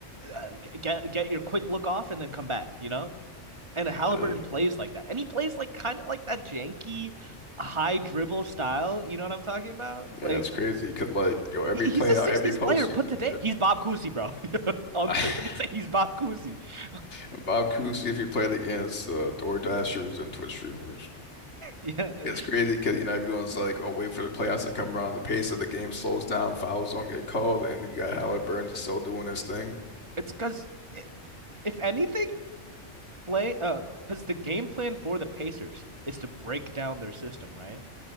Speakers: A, on the right (about 25°); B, on the left (about 65°).
A: uh, get get your quick look off and then come back you know And Halliburton
B: Yeah,
A: plays like that. And he plays like kind of like that janky high dribble style. You know what I'm talking about? Like
B: yeah, it's crazy because like yo, every
A: he-
B: playout,
A: he's a 60s
B: every postseason.
A: player put today. He's Bob Cousy, bro. <laughs> Unks
B: Yeah. <laughs>
A: are gonna say he's Bob Cousy. <laughs>
B: And Bob Cousy, if you played against uh, DoorDashers and Twitch streamers,
A: Yeah.
B: it's crazy because you know everyone's like, "Oh, wait for the playoffs to come around." The pace of the game slows down, fouls don't get called, and you got Halliburton just still doing his thing.
A: It's because if anything, play uh because the game plan for the Pacers is to break down their system, right?